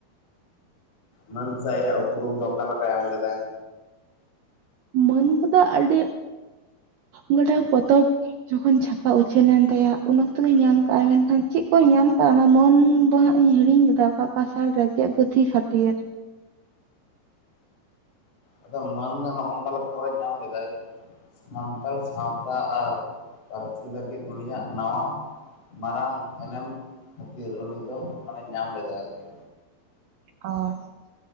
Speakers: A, on the left; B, on the right.
A: ᱢᱟᱹᱱ ᱥᱮ ᱟᱭᱟᱜ ᱩᱯᱨᱩᱢ ᱫᱚ ᱚᱠᱟᱞ ᱞᱮᱠᱟᱭ ᱮᱢ ᱞᱮᱫᱟᱭ
B: ᱢᱟᱹᱱ ᱠᱚᱫᱚ ᱟᱹᱰᱤ ᱜᱚᱴᱟᱝ ᱯᱚᱛᱚᱵ ᱡᱚᱠᱷᱚᱱ ᱪᱷᱟᱯᱟ ᱩᱪᱷᱟᱹᱱ ᱮᱱ ᱛᱟᱭᱟ ᱩᱱ ᱚᱠᱛᱚ ᱜᱮᱭ ᱧᱟᱢ ᱠᱟᱜ ᱟᱭ ᱢᱮᱱᱠᱷᱟᱱ ᱪᱮᱫ ᱠᱚᱭ ᱧᱟᱢ ᱠᱟᱜᱼᱟ ᱚᱱᱟ ᱢᱟᱹᱱ ᱫᱚ ᱦᱟᱸᱜ ᱤᱧ ᱦᱤᱲᱤᱧ ᱠᱮᱫᱟ ᱚᱠᱟ ᱚᱠᱟ ᱥᱟᱞ ᱨᱮ ᱪᱮᱫ ᱯᱟᱹᱛᱷᱤ ᱠᱷᱟᱹᱛᱤᱨ
A: ᱟᱫᱚ ᱢᱟᱹᱱ ᱫᱚ ᱱᱚᱜᱼᱚ ᱱᱚᱠᱟ ᱞᱮᱠᱟᱨᱮ ᱧᱟᱢ ᱞᱮᱫᱟᱭ ᱥᱟᱱᱛᱟᱲ ᱥᱟᱶᱛᱟ ᱟᱨ ᱯᱟᱹᱨᱥᱤ ᱞᱟᱹᱜᱤᱫ ᱩᱱᱤᱭᱟᱜ ᱱᱟᱣᱟ ᱢᱟᱨᱟᱝ ᱮᱱᱮᱢ ᱠᱷᱟᱹᱛᱤᱨ ᱩᱱᱤ ᱫᱳ ᱢᱟᱱᱮ ᱧᱟᱢ ᱞᱮᱫᱟᱭ ᱟᱨᱠᱤ
B: ᱚ